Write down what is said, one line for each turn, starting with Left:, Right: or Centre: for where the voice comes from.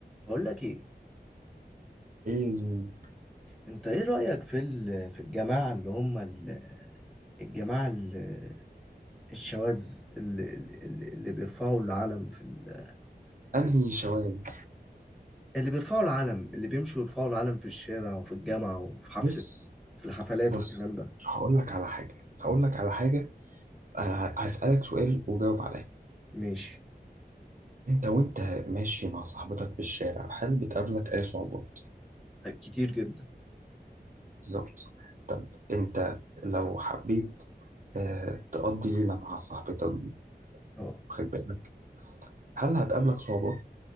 Centre: بقول لك ايه
Right: ايه يا زميلي
Centre: انت ايه رأيك في ال- في الجماعة اللي هم ال- الجماعة ال- الشواذ اللي, اللي اللي بيرفعوا العلم في, ال... في
Right: انهي شواذ
Centre: اللي بيرفعوا العلم اللي بيمشوا يرفعوا العلم في الشارع وفي الجامعة وفي حفلة
Right: بص
Centre: في الحفلات
Right: بص
Centre: والكلام ده
Right: هقول لك على حاجه هقول لك على حاجه انا هسالك سؤال وجاوب عليا
Centre: ماشي
Right: انت وانت ماشي مع صاحبتك في الشارع هل بتقابلك اي صعوبات
Centre: كتير جدا
Right: بالظبط طب انت لو حبيت آه تقضي ليله مع صاحبتك دي
Centre: اه
Right: واخد بالك هل هتقابلك صعوبات